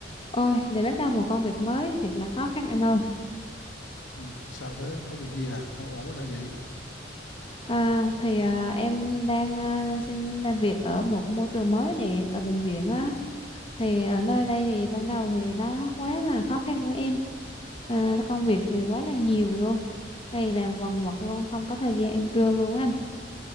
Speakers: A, on the left; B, on the left.
A: Ôi, để bắt đầu một công việc mới thiệt là khó khăn anh ơi.
B: Ừ, sao thế? Có việc gì à? Không ổn sao vậy?
A: À, thì à, em đang à, xin làm việc ở một môi trường mới nè, ở bệnh viện á. Thì ở nơi đây thì ban đầu thì nó quá là khó khăn với em. À, công việc thì quá là nhiều luôn. Ngày làm quần quật luôn, không có thời gian ăn trưa luôn anh.